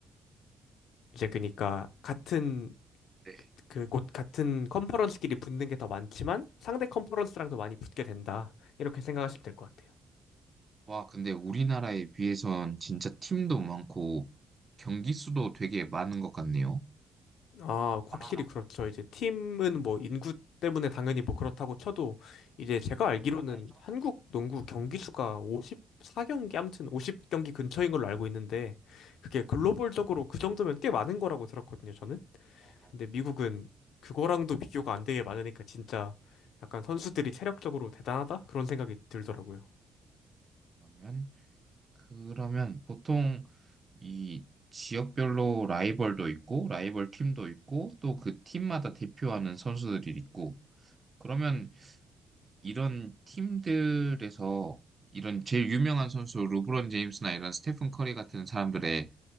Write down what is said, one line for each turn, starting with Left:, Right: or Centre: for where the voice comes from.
Left: 이제 그니까 같은
Right: 네.
Left: 그 곳 같은 컨퍼런스끼리 붙는 게 더 많지만 상대 컨퍼런스랑 더 많이 붙게 된다. 이렇게 생각하시면 될 것 같아요.
Right: 와, 근데 우리나라에 비해선 진짜 팀도 많고 경기 수도 되게 많은 것 같네요.
Left: 아, 확실히
Right: 아,
Left: 그렇죠. 이제 팀은 뭐 인구 때문에 당연히 뭐 그렇다고 쳐도 이제 제가 알기로는
Right: 알죠.
Left: 한국 농구 경기 수가 54경기 아무튼 50경기 근처인 걸로 알고 있는데 그게 글로벌적으로 그 정도면 꽤 많은 거라고 들었거든요, 저는.
Right: 어,
Left: 근데 미국은 그거랑도 비교가 안 되게 많으니까 진짜 약간 선수들이 체력적으로 대단하다? 그런 생각이 들더라고요.
Right: 그러면 그러면 보통 이 지역별로 라이벌도 있고, 라이벌 팀도 있고, 또 그 팀마다 대표하는 선수들이 있고, 그러면 이런 팀들에서 이런 제일 유명한 선수 르브론 제임스나 이런 스테픈 커리 같은 사람들의